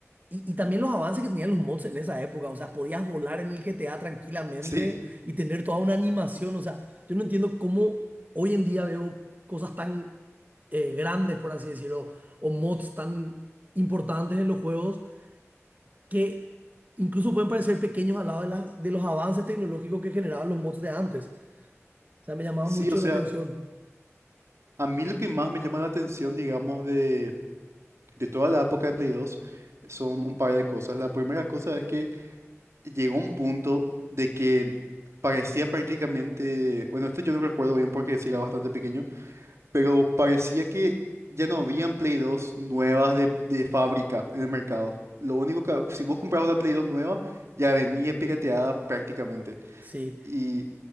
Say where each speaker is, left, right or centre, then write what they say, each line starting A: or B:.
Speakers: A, on the right; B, on the right.
A: y, y también los avances que tenían los mods en esa época, o sea, podías volar en el GTA tranquilamente
B: sí,
A: y tener toda una animación, o sea, yo no entiendo cómo hoy en día veo cosas tan eh, grandes, por así decirlo, o mods tan importantes en los juegos que incluso pueden parecer pequeños al lado de, las, de los avances tecnológicos que generaban los mods de antes. O sea, me llamaba
B: sí,
A: mucho
B: o sea,
A: la atención.
B: a mí lo que más me llama la atención, digamos, de, de toda la época de Play 2 son un par de cosas. La primera cosa es que llegó un punto de que parecía prácticamente, bueno, esto yo no recuerdo bien porque sí era bastante pequeño, pero parecía que ya no habían Play 2 nuevas de, de fábrica en el mercado. Lo único que, si vos comprabas una Play 2 nueva, ya venía pirateada prácticamente.
A: Sí,
B: Y